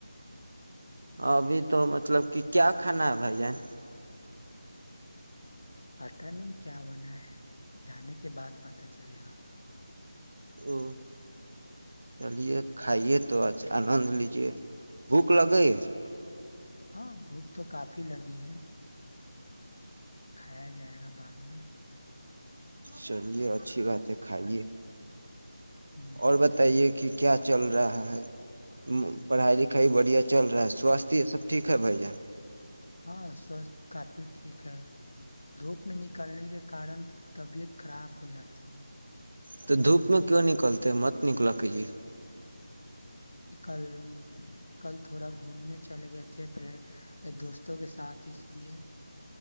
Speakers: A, on the right; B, on the left.
A: ہبھی تو م مطلب کہ کیا کھانا ہے بھیجیں
B: پتا نہیں کیا بنا ہے جانے کے بعد پتا چلے گا
A: او چلیے کھائیے تو آ آنند لیجیے بھوک لگے
B: ہاں بھوک تو کافی لگی ہے کھایا جائے گا بعد میں
A: چلیے اچھی بات ہے کھائیے
B: ہ
A: اور بتائیے کہ کیا چل رہا ہے پڑھائی لکھائی بڑھیا چل رہا ہے سواستھ یہ سب ٹھیک ہے بھیجیں
B: ہاں سوچ کافی ٹھیک ہے دھوپ میں نکلنے کے کارن طبیعت خراب ہو جاتی ہے
A: تو دھوپ میں کیوں نکلتے ہے مت نکلا کیجیے
B: کل کل تھوڑا گھومنے چلے گئے تھے پری دوستوں کے ساتھ اس لیے